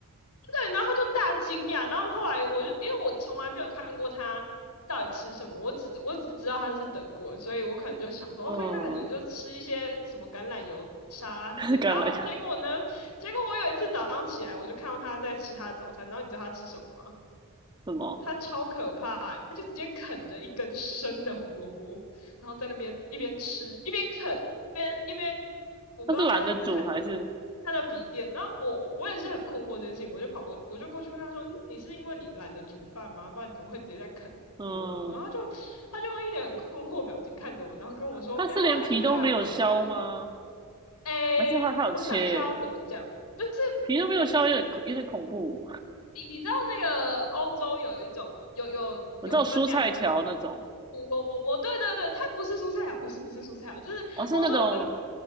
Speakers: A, on the left; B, on the right.
A: 对，然后他就大惊讶，然后后来我就因为我从来没有看过他到底吃什么，我只我只知道他是德国人，所以我可能就想说，OK，
B: 嗯，
A: 他可能就吃一些什么橄榄油沙拉之类。
B: <laughs> 橄榄
A: 然后结果呢，结果我有一次早上起来，我就看到他在吃他的早餐，然后你知道他吃什么吗？
B: 什么？
A: 他超可怕他就直接啃着一根生的胡萝卜，然后在那边一边吃一边啃，一边一边，我不知道他在看
B: 他是懒得煮还是？
A: 他的笔电。然后我我也是很困惑这件事情，我就跑过我就过去问他说：“嗯，你是因为你懒得煮饭吗？不然怎么会直接在啃胡萝卜？”然后就
B: 嗯，
A: 他就用一脸很困惑表情看着我，然后跟我说：
B: 他是连皮都没有削吗？
A: “没有啊，这就是他的早餐。<laughs>”哎，
B: 还是它好切
A: 我想一下要怎么讲，就是
B: 皮都没有削，有点有点恐怖。
A: 你你知道那个欧洲有一种有有有分两种
B: 我知道蔬菜条那种，
A: 胡萝卜，对对对，它不是蔬菜啊，不是不是蔬菜啊，就是欧洲有分
B: 哦，是那种